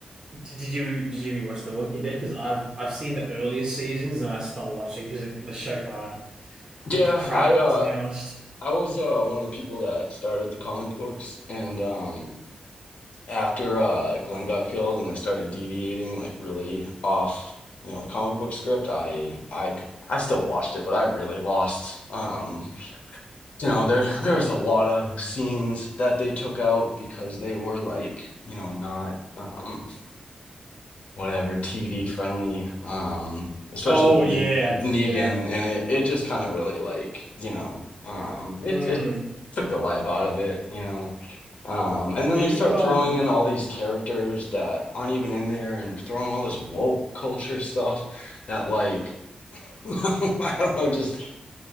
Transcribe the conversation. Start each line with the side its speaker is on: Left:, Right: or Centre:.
Right: Did you did you ever watch The Walking Dead? Because I've I've seen the earliest seasons and I stopped watching because the show kind of
Left: Yeah,
Right: went to crap,
Left: I uh
Right: to be honest.
Left: I was uh one of the people that started the comic books and um after uh Glenn got killed and I started deviating like really off, you know, the comic book script, I, I, I still watched it, but I really lost um you know, there there was a lot of scenes that they took out because they were like, you know, not um, whatever TV friendly, um, especially
Right: Oh
Left: with, ne-
Right: yeah,
Left: with Negan,
Right: yeah.
Left: and it, it just kind of really like you know, um, it
Right: Mm.
Left: it took the life out of it, you know, um, and then
Right: Are
Left: they
Right: you
Left: start
Right: um?
Left: throwing in all these characters that aren't even in there, and throwing all this woke culture stuff that like <laughs> I don't know, just